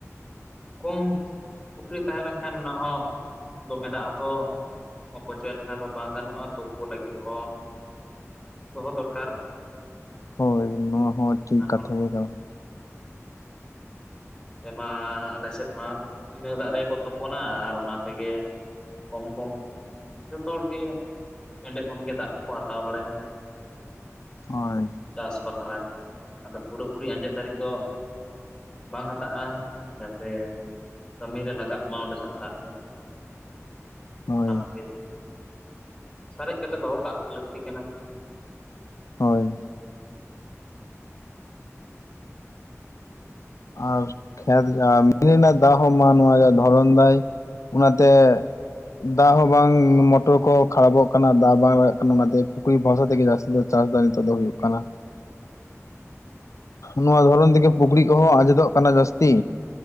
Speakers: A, on the left; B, on the left.
A: ᱠᱚᱢ ᱯᱩᱠᱷᱨᱤ ᱛᱟᱦᱮᱸ ᱞᱮᱱᱠᱷᱟᱱ ᱚᱱᱟ ᱦᱚᱸ ᱫᱚᱢᱮ ᱫᱟᱜ ᱟ ᱛᱚ᱾ ᱚᱯᱚᱪᱚᱭ ᱞᱮᱱᱠᱷᱟᱱ ᱫᱚ ᱵᱟᱝ ᱜᱟᱱᱚᱜᱼᱟ ᱛᱩᱯᱩ ᱞᱟᱹᱜᱤᱫ ᱦᱚᱸ ᱫᱚᱦᱚ ᱫᱚᱨᱠᱟᱨ
B: ᱦᱚᱭ ᱱᱚᱶᱟ ᱦᱚᱸ ᱴᱷᱤᱠ
A: ᱟᱨ
B: ᱠᱟᱛᱷᱟ ᱜᱮ ᱠᱟᱱᱟ᱾
A: ᱱᱚᱱᱚᱛᱮ ᱢᱟ ᱟᱞᱮ ᱥᱮᱫ ᱢᱟ ᱤᱱᱟᱹ ᱫᱟᱜ ᱨᱮᱜᱮ ᱠᱚ ᱛᱚᱯᱚᱱ ᱱᱟ ᱟᱨ ᱚᱱᱟ ᱛᱮᱜᱮ ᱠᱚᱢ ᱠᱚᱢ ᱡᱚᱛᱚ ᱦᱚᱲ ᱜᱮ ᱮᱸᱰᱮ ᱠᱷᱚᱱ ᱜᱮ ᱫᱟᱜ ᱠᱚᱠᱚ ᱦᱟᱛᱟᱣ ᱵᱟᱲᱟᱭᱟ᱾
B: ᱦᱳᱭ
A: ᱪᱟᱥ ᱵᱟᱠᱷᱨᱟ ᱟᱫᱚ ᱯᱩᱨᱟᱹᱯᱩᱨᱤ ᱟᱸᱡᱮᱫ ᱫᱷᱟᱹᱨᱤᱡ ᱫᱚ ᱵᱟᱝ ᱦᱟᱛᱟᱜᱼᱟ ᱡᱟᱛᱮ ᱠᱟᱹᱢᱤ ᱨᱮ ᱞᱟᱜᱟᱜ ᱢᱟ ᱚᱸᱰᱮ‌ ᱱᱟᱜ ᱫᱟᱜ ᱛᱮ
B: ᱦᱳᱭ
A: ᱚᱱᱟ ᱠᱷᱟᱹᱛᱤᱨ ᱥᱟᱨᱮᱡ ᱠᱟᱛᱮᱜ ᱫᱚᱦᱚ ᱠᱟᱜ ᱞᱟᱹᱠᱛᱤ ᱠᱟᱱᱟ᱾
B: ᱦᱳᱭ ᱟᱨ ᱠᱷᱮᱛ ᱡᱟ ᱢᱮᱱᱤ ᱨᱮᱱᱟᱜ ᱫᱟᱜ ᱦᱚᱸ ᱢᱟ ᱱᱚᱶᱟ ᱨᱮᱭᱟᱜ ᱫᱷᱚᱨᱚᱱ ᱫᱟᱭ ᱚᱱᱟᱛᱮ ᱫᱟᱜ ᱦᱚᱸ ᱵᱟᱝ ᱢᱚᱴᱚᱨ ᱠᱚ ᱠᱷᱟᱨᱟᱵᱚᱜ ᱠᱟᱱᱟ ᱫᱟᱜ ᱵᱟᱝ ᱞᱟᱜᱟᱜ ᱠᱟᱱᱟ ᱚᱱᱟᱛᱮ ᱯᱩᱠᱷᱨᱤ ᱵᱷᱚᱨᱥᱟ ᱛᱮᱜᱮ ᱡᱟᱹᱥᱛᱤ ᱡᱮ ᱪᱟᱥ ᱫᱚ ᱱᱤᱛᱚᱜ ᱫᱚ ᱦᱩᱭᱩᱜ ᱠᱟᱱᱟ᱾
A: <inaudible>
B: ᱱᱚᱶᱟ ᱫᱷᱚᱨᱚᱱ ᱛᱮᱜᱮ ᱯᱩᱠᱷᱲᱤ ᱠᱚᱦᱚᱸ ᱟᱸᱡᱮᱫᱚᱜ ᱠᱟᱱᱟ ᱡᱟᱹᱥᱛᱤ᱾